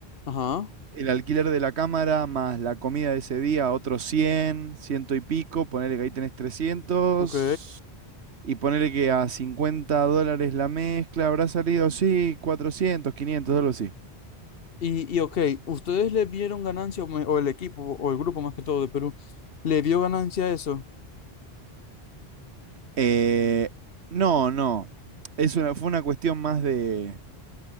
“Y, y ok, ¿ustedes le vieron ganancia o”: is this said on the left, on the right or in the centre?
Left